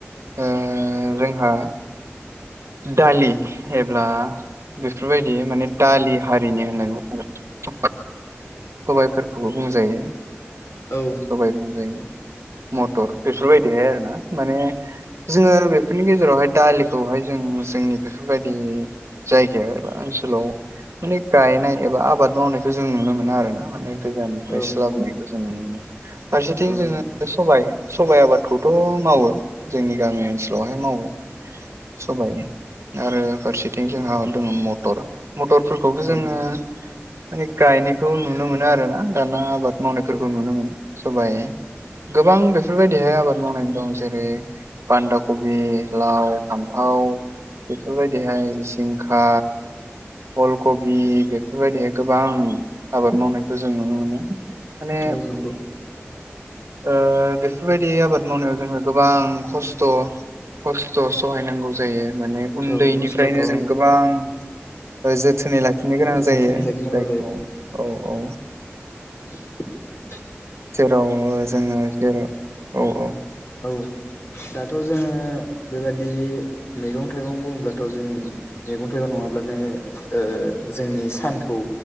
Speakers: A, on the right (about 80°); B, on the left (about 65°).
A: ओ जोंहा दालि एब्ला बेफोरबायदि माने दालि हारिनि होननानै बुं सबायफोरखौबो बुंजायो
B: औ
A: सबाय बुंजायो मटर बेफोरबायदिहाय आरो ना माने जोङो बेफोरनि गेजेरावहाय दालिखौहाय जों <unintelligible> जोंनि बेफोरबायदि जायगायाव एबा ओ ओनसोलाव माने गायनाय एबा आबाद मावनायखौ जों नुनो मोनो आरो माने गोजाननिफ्रायसो
B: औ नंगौ
A: लाबोनायखौ जों नु मोनो फारसेथिं
B: औ
A: जोङो सबाइ सबाइ आबादखौथ' मावो जोंनि गामि ओनसोलावहाय मावो सबाइ आरो फारसेथिं जोंहा दङ मटर मटरफोरखौबो
B: नंगौ
A: जोङो माने गायनायखौ नुनो मोनो आरो ना दाना आबाद मावनायफोरखौ
B: औ
A: नुनो मोनो सबाइ गोबां बेफोरबायदिहाय आबाद मावनानै दं जेरै बान्दा कबि लाव फान्थाव
B: <inaudible>
A: बेफोरबायदिहाय जिंखा फुल कबि बेफोरबायदिहाय गोबां आबाद मावनायखौ जों नुनो मोनो माने
B: औ नंगौ।
A: ओ बेफोरबायदि आबाद मावनायाव जोंहा गोबां खस्थ' खस्थ' सहायनांगौ जायो माने उन्दैनिफ्रायनो
B: औ खस्थ'थ'
A: जों गोबां ओ जोथोनै लाखिनो गोनां
B: जोथोनै
A: जायो
B: लाखिनांगौ
A: जायखौ औ औ
B: हिस
A: जेराव जोङो जेराव औ औ
B: औ दाथ' जोङो बेबादि मैगं-थाइगं बुङोब्लाथ' जोङो मैगं-थाइगं नङाब्लानो ओ जोंनि सानखौ